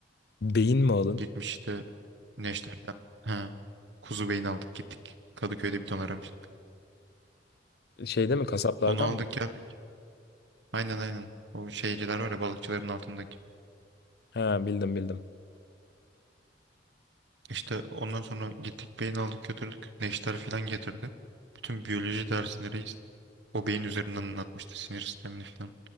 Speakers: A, on the left; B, on the right.
A: Beyin mi alın?
B: Gitmiş işte Neşter'den. Ha, kuzu beyin aldık gittik. Kadıköy'de bir ton aramıştık.
A: Şeyde mi kasaplardan
B: O- onu aldık
A: mı?
B: geldik. Aynen aynen. O şeyciler var ya balıkçıların altındaki.
A: Ha bildim bildim.
B: İşte ondan sonra gittik beyin aldık götürdük. Neşter falan getirdi. Bütün biyoloji dersindeyiz. O beyin üzerinden anlatmıştı sinir sistemini falan.